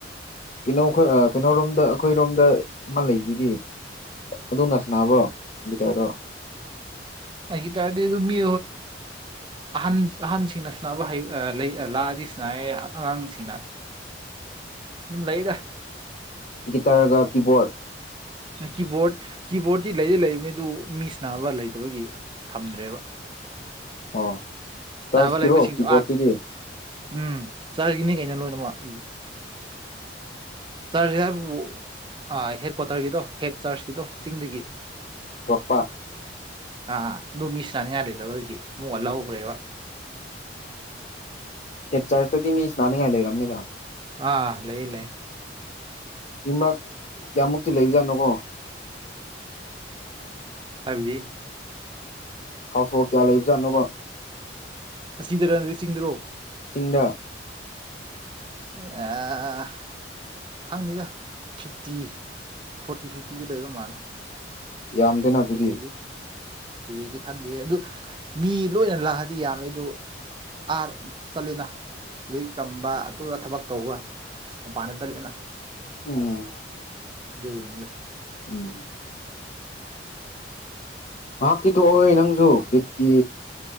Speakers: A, on the left; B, on the right.
A: ꯀꯩꯅꯣ ꯑꯩꯈꯣꯏ ꯀꯩꯅꯣꯔꯣꯝꯗ ꯑꯩꯈꯣꯏꯔꯣꯝꯗ ꯃꯥ ꯂꯩꯗꯨꯗꯤ ꯑꯗꯨꯅ ꯁꯅꯥꯕ꯭ꯔꯣ ꯒꯤꯇꯥꯔꯗꯣ
B: ꯑꯩꯒꯤ ꯇꯗꯤ ꯑꯗꯨꯃꯤ ꯑꯍꯟ ꯑꯍꯟꯁꯤꯡꯅ ꯁꯅꯕ ꯂꯥꯛꯑꯗꯤ ꯁꯅ ꯑꯉꯥꯡꯁꯤꯡꯅ ꯂꯩꯗ
A: ꯒꯤꯇꯥꯔꯒ ꯀꯤꯕꯣꯔꯠ
B: ꯀꯤꯕꯣꯔꯗ ꯀꯤꯕꯣꯔꯇꯤ ꯂꯩꯗꯤ ꯂꯩꯕꯅꯤ ꯑꯗꯨ ꯃꯤꯁꯅꯥꯅꯕ ꯂꯩꯇꯕꯒꯤ ꯊꯝꯗ꯭ꯔꯦꯕ
A: ꯑꯣ ꯆꯔꯆꯀꯤꯔꯣ
B: ꯆꯥꯕ ꯂꯩꯕꯁꯤꯡꯁꯨ
A: ꯀꯤꯕꯣꯔꯗꯇꯨꯗꯤ
B: ꯑ ꯎꯝ ꯆꯥꯒꯤꯅꯦ ꯀꯩꯅ ꯂꯣꯏꯅꯃꯛ ꯏ ꯆꯔꯕ ꯑ ꯍꯦꯠ ꯀ꯭ꯋꯥꯇꯔꯒꯤꯗꯣ ꯍꯦꯠ ꯆꯥꯔꯆꯀꯤꯗꯣ ꯆꯤꯡꯗꯒꯤ
A: ꯇꯣꯄꯥ
B: ꯑꯥ ꯑꯗꯨ ꯃꯤꯁꯤ ꯆꯥꯅꯤꯡꯉꯥꯏ ꯂꯩꯇꯕꯒꯤ ꯑꯃꯨꯛꯀ ꯂꯧꯈ꯭ꯔꯦꯕ
A: ꯍ ꯆꯔꯆꯇꯗꯤ ꯃꯤꯁ ꯅꯥꯅꯤꯡꯉꯥꯏ ꯂꯩꯔꯝꯅꯤꯒ
B: ꯑꯥ ꯂꯩ ꯂꯩ ꯂꯩ
A: ꯌꯛ ꯀꯌꯥꯃꯨꯛꯇꯤ ꯂꯩꯕꯖꯥꯠꯅꯣꯀꯣ
B: ꯍꯥꯏꯖꯤ
A: ꯍꯥꯎꯁ ꯋꯥꯐ ꯀꯌꯥ ꯂꯩꯕꯖꯥꯠꯅꯣꯕ
B: ꯑꯁꯤꯗ ꯔꯟꯔꯠ ꯆꯁꯤꯡꯗꯨꯔꯣ
A: ꯆꯤꯡꯗ
B: ꯑ ꯈꯪꯅꯤꯗ ꯐꯤꯐꯇꯤ ꯐꯣꯔꯇꯤ ꯐꯤꯐꯇꯤꯗ ꯂꯩꯕ ꯃꯥꯜꯂꯦ
A: ꯌꯥꯝꯗꯦꯅ ꯑꯗꯨꯗꯤ
B: ꯑꯩꯖꯦꯦ ꯎꯝꯗꯤ ꯈꯪꯗꯦ ꯑꯗꯨ ꯃꯤ ꯂꯣꯏꯅ ꯂꯥꯛꯑꯗꯤ ꯌꯥꯝꯃꯦ ꯑꯗꯨ ꯑꯥ ꯆꯠꯂꯦꯅ ꯍꯧꯖꯤꯛ ꯆꯝꯕ ꯑꯗꯨꯒ ꯊꯕꯛ ꯇꯧꯕ ꯃꯄꯥꯟꯗ ꯆꯠꯂꯦꯅ
A: ꯎꯝ
B: ꯕꯨꯏꯅꯤ ꯂꯁ
A: ꯎꯝ ꯍꯥ ꯇ ꯇꯣ ꯑꯣꯣꯏ ꯅꯪꯁꯨ ꯀ